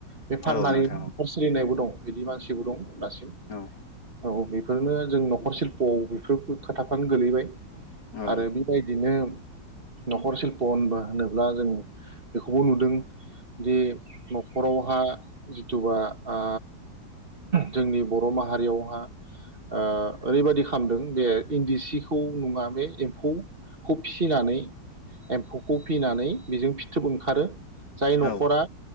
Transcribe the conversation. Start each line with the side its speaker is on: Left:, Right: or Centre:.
Right: बे फाननानै
Left: औ नोंथां
Right: नखर
Left: औ
Right: सोलिनायबो दं बिदि मानसिबो दं दासिम
Left: औ
Right: औ बेे ओरैनो जों न'खर शिल्प'आव बेफोरबो खोथाफ्रानो गोलैबाय
Left: औ
Right: आरो बेबायदिनो न'खर सिल्प' होनबा होनोब्ला जों बेखौबो नुदों दि न'खरावहा जिथुबा ओ जोंनि बर' माहारियावहा ओ ओरैबायदि खालामदों बे इन्दि सिखौ नङा बे एम्फौ <unintelligible> <unintelligible> एम्फौखौ फिनानै बेजों फिथोब ओंखारो जाय न'खरा
Left: औ